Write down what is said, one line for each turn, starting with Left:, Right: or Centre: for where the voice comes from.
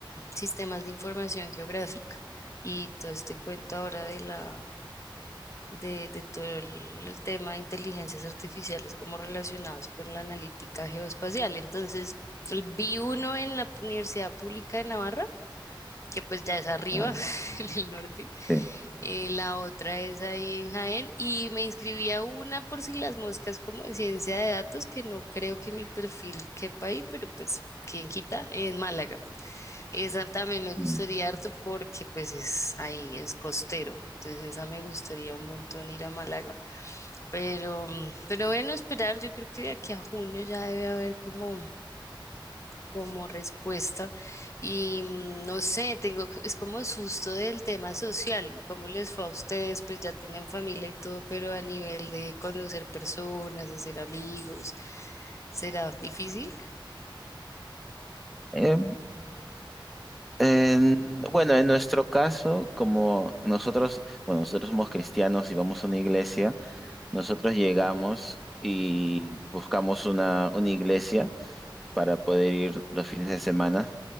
Left: sistemas de información geográfica y todo este cuento ahora de la de, de todo el, el tema de inteligencias artificiales como relacionados con la analítica geoespacial. Entonces, el- vi uno en la Universidad Pública de Navarra, que pues ya es arriba,
Centre: Ah, ya.
Left: <laughs> en el norte.
Centre: Sí.
Left: eh, la otra es ahí en Jaén. Y me inscribí a una por si las moscas como de ciencia de datos, que no creo que mi perfil quepa ahí, pero pues... ¿Quién quita? En Málaga. Esa también me gustaría
Centre: Mm.
Left: harto porque pues es ahí, es costero. Entonces esa me gustaría un montón ir a Málaga. Pero, pero bueno, esperar, yo creo que de aquí a junio ya debe haber como, como respuesta. Y mm, no sé, tengo, es como susto del tema social, ¿no? ¿Cómo les fue a ustedes? Pues ya tenían familia y todo, pero a nivel de conocer personas, hacer amigos, ¿será difícil?
Centre: Eh, en- bueno, en nuestro caso, como nosotros, bueno, nosotros somos cristianos y vamos a una iglesia, nosotros llegamos y buscamos una, una iglesia para poder ir los fines de semana.